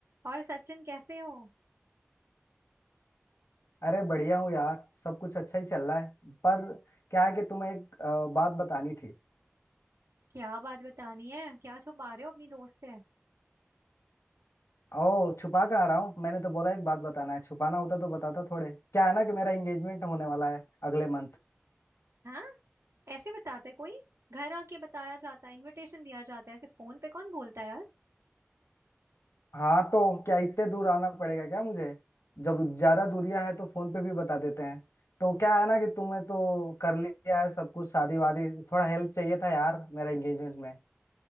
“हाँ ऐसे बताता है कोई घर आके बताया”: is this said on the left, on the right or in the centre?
Right